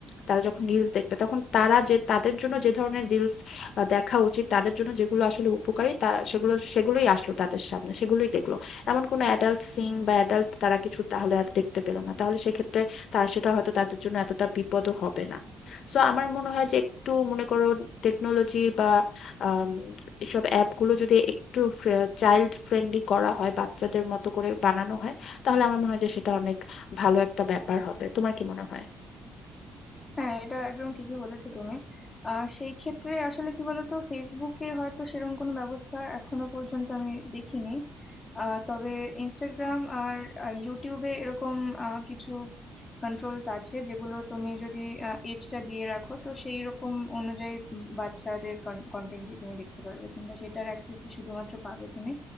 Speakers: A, on the left; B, on the left.
A: তারা যখন রিলস দেখবে তখন তারা যে তাদের জন্য যে ধরনের রিলস দেখা উচিত তাদের জন্য যেগুলো আসলে উপকারী তা সেগুলো সেগুলোই আসলো তাদের সামনে সেগুলোই দেখলো এমন কোনো অ্যাডাল্ট সিন বা অ্যাডাল্ট তারা কিছু তাহলে আর দেখতে পেলো না তাহলে সেক্ষেত্রে তার সেটা হয়তো তাদের জন্য এতটা বিপদও হবে না সো আমার মনে হয় যে একটু মনে করো টেকনোলজি বা আম, এসব অ্যাপ গুলো যদি একটু চাইল্ড ফ্রেন্ডলি করা হয় বাচ্চাদের মতো করে বানানো হয় তাহলে আমার মনে হয় যে সেটা অনেক ভালো একটা ব্যাপার হবে তোমার কি মনে হয়
B: হ্যাঁ এটা একদম ঠিকই বলেছো তুমি আহ সেই ক্ষেত্রে আসলে কি বলতো ফেসবুকে হয়তো সেরকম কোনো ব্যবস্থা এখনো পর্যন্ত আমি দেখিনি আহ তবে ইনস্টাগ্রাম আর আহ, ইউটিউবে এরকম আহ, কিছু কন্ট্রোলস আছে যেগুলো তুমি যদি এজটা দিয়ে রাখো তো সেই রকম অনুযায়ী উম বাচ্চাদের কন্টেন্টই তুমি দেখতে পারবে কিংবা সেটার অ্যাক্সেসই শুধুমাত্র পাবে তুমি